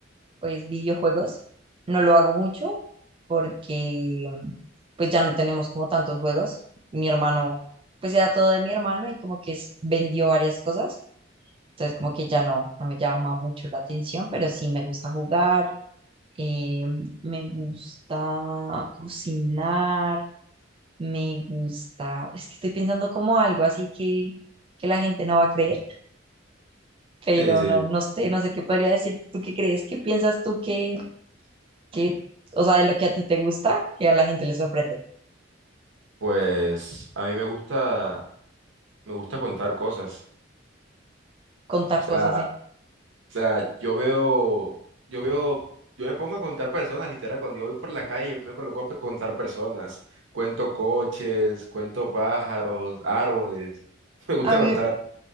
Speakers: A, on the right; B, on the right.
A: pues videojuegos. No lo hago mucho porque pues ya no tenemos como tantos juegos. Mi hermano, pues era todo de mi hermano y como que es- vendió varias cosas. Entonces como que ya no, no me llama mucho la atención, pero sí me gusta jugar, eh, me gusta cocinar, me gusta, es que estoy pensando como algo así que, que la gente no va a creer, pero
B: Sí, sí.
A: no, no sé, no sé qué podría decir. ¿Tú qué crees? ¿Qué piensas tú que que, o sea, de lo que a ti te gusta, que a la gente le sorprende.
B: Pues a mí me gusta, me gusta contar cosas.
A: Contar
B: O
A: cosas
B: sea,
A: así.
B: o sea, yo veo, yo veo, yo me pongo a contar personas, literal, cuando yo voy por la calle, yo me coloco a pe- contar personas. Cuento coches, cuento pájaros, árboles. <laughs> Me gusta
A: A mí,
B: contar.